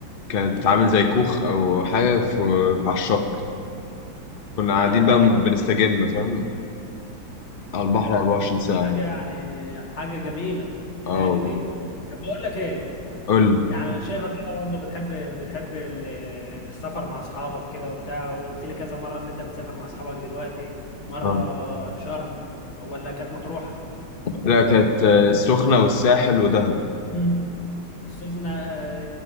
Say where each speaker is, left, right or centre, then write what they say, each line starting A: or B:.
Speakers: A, on the left; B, on the left.
A: كانت عامل زي كوخ او حاجه في في- على الشط كنا قاعدين
B: ايوه
A: بقى
B: ايوه
A: بنستجم فاهم على البحر 24 ساعه
B: حاجة يعني حاجة جميلة هناك
A: اه والله
B: دي طب بقول لك ايه
A: قول
B: يعني انا شايفك كده برضه بتحب بتحب ال- السفر مع اصحابك كده وبتاع وقلت لي كذا مره ان انت بتسافر مع اصحابك دلوقتي مره
A: اه
B: شرم ولا كانت مطروح
A: لا كانت آه، السخنة والساحل ودهب
B: امم السخنه آه،